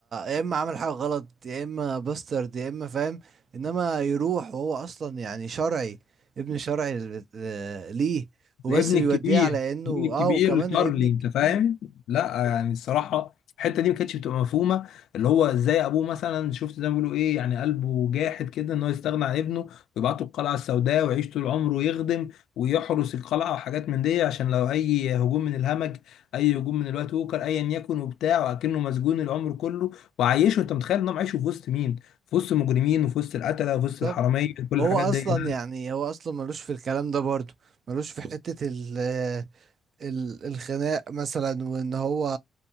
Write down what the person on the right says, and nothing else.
يا اما عمل حاجه غلط يا اما باسترد يا اما فاهم انما يروح وهو اصلا يعني شرعي ابن شرعي ل- ل- ليه وبس
بيوديه
على انه
اه
وكمان
الابن الكبير
بالظبط
وهو
اصلا
يعني هو اصلا ملوش في الكلام ده برضه ملوش في حته ال- الخناق مثلا وان هو